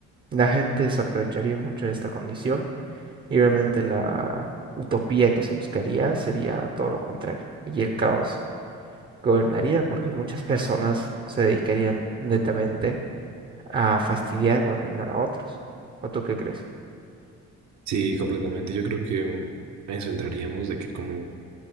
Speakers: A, on the right; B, on the right.
A: La gente se aprovecharía mucho de esta condición y realmente la utopía que se buscaría sería todo lo contrario y el caos gobernaría, porque muchas personas se dedicarían netamente a fastidiar o arruinar a otros. ¿O tú qué crees?
B: Sí, completamente. Yo creo que mm, a eso entraríamos de que como